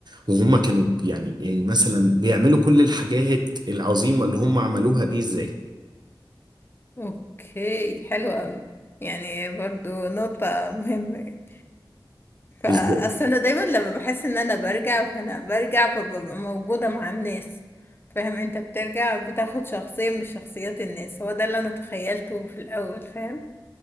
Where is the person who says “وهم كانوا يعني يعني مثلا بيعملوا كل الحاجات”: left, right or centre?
Right